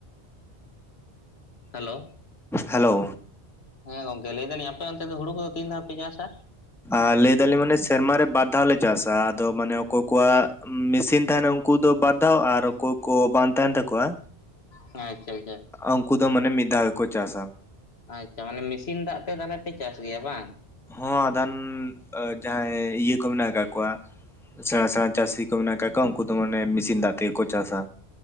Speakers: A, on the left (about 70°); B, in the centre.
A: ᱦᱮᱞᱳ
B: ᱦᱮᱞᱳ
A: ᱦᱮᱸ ᱜᱚᱢᱠᱮ ᱞᱟᱹᱭ ᱫᱟᱞᱤᱧ ᱟᱯᱮᱚᱱᱛᱮ ᱫᱚ ᱦᱩᱲᱩ ᱠᱚᱫᱚ ᱛᱤᱱᱫᱦᱟᱣ ᱯᱮ ᱪᱟᱥᱟ
B: ᱟᱨ ᱞᱟᱹᱭ ᱫᱟᱞᱤᱧ ᱢᱟᱱᱮ ᱥᱮᱨᱢᱟᱨᱮ ᱵᱟᱨ ᱫᱷᱟᱣ ᱞᱮ ᱪᱟᱥᱟ ᱟᱫᱚ ᱢᱟᱱᱮ ᱚᱠᱚᱭ ᱠᱚᱣᱟᱜ ᱢᱮᱥᱤᱱ ᱛᱟᱦᱮᱱᱟ ᱩᱱᱠᱩ ᱫᱚ ᱵᱟᱫᱽᱫᱷᱟᱣ ᱟᱨ ᱚᱠᱚᱭ ᱠᱚ ᱵᱟᱝ ᱛᱟᱦᱮᱱ ᱛᱟᱠᱚᱣᱟ
A: ᱦᱮᱸ ᱪᱮᱜ ᱞᱮᱠᱟᱹ
B: ᱩᱱᱠᱩ ᱫᱚ ᱢᱟᱱᱮ ᱢᱤᱫ ᱫᱷᱟᱣ ᱜᱮ ᱠᱚ ᱪᱟᱥᱟ
A: ᱟᱪᱷᱟ ᱢᱟᱱᱮ ᱢᱮᱥᱤᱱ ᱫᱟᱜ ᱛᱮ ᱛᱟᱦᱚᱞᱮ ᱯᱮ ᱪᱟᱥ ᱜᱮᱭᱟ ᱵᱟᱝ
B: ᱦᱚᱸ ᱟᱫᱟᱱ ᱡᱟᱦᱟᱸᱭ ᱤᱭᱟᱹ ᱠᱚ ᱢᱮᱱᱟᱜ ᱟᱠᱟᱫ ᱠᱚᱣᱟ ᱥᱮᱬᱟ ᱥᱮᱬᱟ ᱪᱟᱹᱥᱤ ᱠᱚ ᱢᱮᱱᱟᱜ ᱟᱠᱟᱫ ᱠᱚᱣᱟ ᱩᱱᱠᱩ ᱫᱚ ᱢᱟᱱᱮ ᱢᱮᱥᱤᱱ ᱫᱟᱜ ᱛᱮᱜᱮ ᱠᱚ ᱪᱟᱥᱟ